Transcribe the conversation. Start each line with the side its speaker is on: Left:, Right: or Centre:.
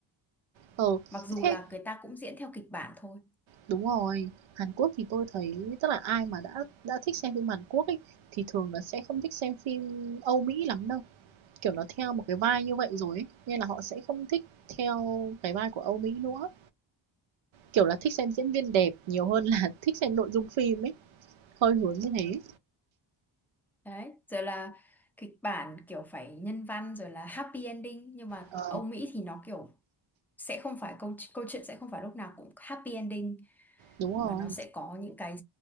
Right: Ờ,
Centre: Mặc dù
Right: thế
Centre: là người ta cũng diễn theo kịch bản thôi.
Right: đúng rồi. Hàn Quốc thì tôi thấy tức là ai mà đã đã thích xem phim Hàn Quốc ấy thì thường là sẽ không thích xem phim Âu Mỹ lắm đâu. kiểu nó theo một cái vai như vậy rồi ấy. Nên là họ sẽ không thích theo cái vai của Âu Mỹ nữa. Kiểu là thích xem diễn viên đẹp nhiều hơn là <laughs> thích xem nội dung phim ấy. Hơi hướng như thế.
Centre: Đấy, rồi là kịch bản kiểu phải nhân văn rồi là happy ending nhưng mà
Right: Ờ,
Centre: Âu Mỹ thì nó kiểu sẽ không phải câu câu chuyện sẽ không phải lúc nào cũng happy ending
Right: đúng rồi.
Centre: mà nó sẽ có những cái